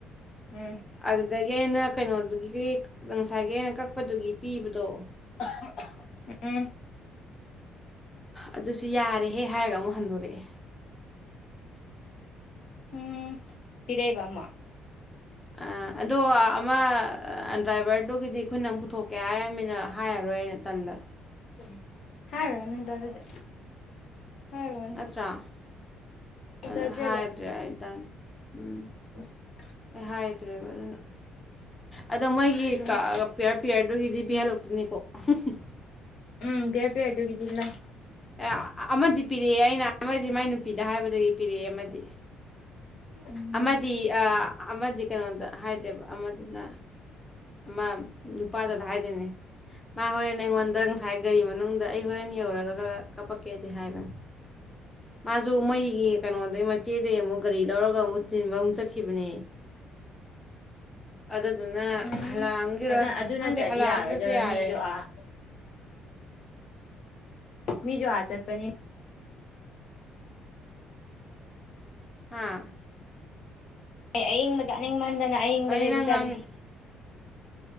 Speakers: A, on the left; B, on the left.
A: ꯎꯝ
B: ꯑꯗꯨꯗꯒꯤ ꯑꯩꯅ ꯀꯩꯅꯣꯗꯨꯒꯤ ꯉꯁꯥꯏꯒꯤ ꯑꯩꯅ ꯀꯛꯄꯗꯨꯒꯤ ꯄꯤꯕꯗꯣ
A: ꯑꯍꯥ ꯑꯍꯥ ꯎꯝ
B: ꯑꯗꯨꯁꯨ ꯌꯥꯔꯦꯍꯦ ꯍꯥꯏꯔꯒ ꯑꯃꯨꯛ ꯍꯟꯗꯣꯔꯛꯑꯦ
A: ꯎꯝ ꯄꯤꯔꯛꯏꯕ ꯑꯃꯨꯛ
B: ꯑ ꯑꯗꯣ ꯑꯃ ꯗ꯭ꯔꯥꯏꯚꯔꯗꯨꯒꯤꯗꯤ ꯑꯈꯣꯏ ꯅꯪ ꯄꯨꯊꯣꯛꯀꯦ ꯍꯥꯏꯔꯃꯤꯅ ꯍꯥꯏꯔꯔꯣꯏꯩꯅ ꯇꯟꯂꯦ
A: <unintelligible> ꯍꯥꯏꯔꯣꯅꯨꯗ ꯑꯗꯨꯗꯤ ꯍꯥꯏꯔꯨꯔꯅꯨ
B: ꯅꯠꯇꯔ꯭ꯥ
A: ꯐꯖꯗ꯭ꯔꯦꯕ
B: ꯑꯗ ꯍꯥꯏꯕ꯭ꯔꯗꯨꯗ ꯑꯩ ꯇꯟ ꯎꯝ
A: <inaudible>
B: ꯑꯩ ꯍꯥꯏꯗ꯭ꯔꯦꯕ ꯑꯗꯨꯅ ꯑꯗꯣ ꯃꯣꯏꯒꯤ
A: ꯍꯥꯏꯔꯨꯔꯅꯨ
B: ꯀꯛꯑꯒ ꯄꯤꯌꯔ ꯄꯤꯌꯔꯗꯨꯒꯤꯗꯤ ꯄꯤꯍꯜꯂꯛꯇꯣꯏꯅꯤ ꯍꯨꯝ ꯍꯨꯝ
A: ꯎꯝ ꯄꯤꯌꯔ ꯄꯤꯌꯔ ꯗꯨꯒꯤꯗꯤ ꯂꯧ
B: ꯌꯥ ꯑꯃꯗꯤ ꯄꯤꯔꯛꯑꯦ ꯑꯩꯅ ꯑꯃꯗꯤ ꯃꯥꯏ ꯅꯨꯄꯤꯗ ꯍꯥꯏꯕ ꯑꯗꯨꯏꯒꯤ ꯄꯤꯔꯛꯑꯦ ꯑꯃꯗꯤ
A: ꯎꯝ
B: ꯑꯃꯗꯤ ꯑꯥ ꯑꯥ ꯑꯃꯗꯤ ꯀꯩꯅꯣꯗ ꯍꯥꯏꯗꯦꯕ ꯑꯃꯗꯨꯅ ꯃꯥ ꯅꯨꯄꯥꯗꯗ ꯍꯥꯏꯗꯣꯏꯅꯦ ꯃꯥ ꯍꯣꯔꯦꯟ ꯑꯩꯉꯣꯟꯗ ꯉꯁꯥꯏ ꯒꯥꯔꯤ ꯃꯅꯨꯡꯗ ꯑꯩ ꯍꯣꯔꯦꯟ ꯌꯧꯔꯒ ꯀꯞꯄꯛ ꯀꯦꯗꯤ ꯍꯥꯏꯕꯅꯤ ꯃꯥꯁꯨ ꯃꯣꯏꯒꯤ ꯀꯩꯅꯣꯗꯩ ꯏꯆꯦꯗꯩ ꯑꯃꯨꯛ ꯒꯥꯔꯤ ꯂꯧꯔꯒ ꯑꯃꯨꯛ ꯊꯤꯟꯕ ꯑꯃꯨꯛ ꯆꯠꯈꯤꯕꯅꯦ ꯑꯗꯨꯗꯨꯅ
A: ꯎꯝ
B: ꯍꯜꯂꯛꯑꯝꯒꯤꯔꯣꯏ
A: ꯑꯗꯨ ꯑꯗꯨ
B: ꯈꯪꯗꯦ
A: ꯅꯠꯇ꯭ꯔꯗꯤ
B: ꯍꯜꯂꯛꯑꯝꯕꯁꯨ
A: ꯌꯥꯔꯣꯏꯗꯕ
B: ꯌꯥꯔꯦ
A: ꯃꯤꯁꯨ ꯑꯥ ꯃꯤꯁꯨ ꯑꯥ ꯆꯠꯄꯅꯤ
B: ꯍꯥꯥ
A: ꯑꯌꯤꯡꯕ ꯆꯥꯅꯤꯡ ꯃꯟꯗꯗ ꯑꯏꯤꯡꯕ
B: ꯀꯔꯤ
A: ꯂꯩꯕ
B: ꯅꯪ
A: ꯆꯠꯂꯤ
B: ꯉꯥꯡꯉꯤ
A: <inaudible>